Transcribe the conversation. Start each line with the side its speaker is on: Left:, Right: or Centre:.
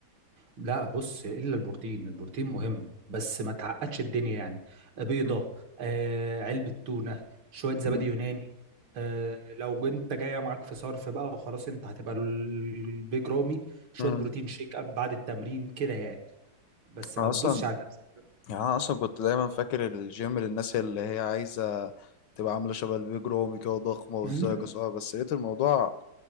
Right: لا بص الا البروتين البروتين مهم بس ما تعقدش الدنيا يعني بيضه
Left: أمم.
Right: آه علبه تونه شويه زبادي
Left: أمم.
Right: يوناني آه لو انت جايه معاك في صرف بقى خلاص انت هتبقى البيج رامي شويه
Left: أمم.
Right: بروتين شيك اب بعد التمرين كده يعني بس
Left: أنا
Right: ما
Left: اصلا
Right: تدوسش على نفسك
Left: يعني انا اصلا كنت دايما فاكر الجيم للناس اللي هي عايزه تبقى عامله شبه البيج رامي كده وضخمه وازاي
Right: <laughs>
Left: كسوها بس لقيت الموضوع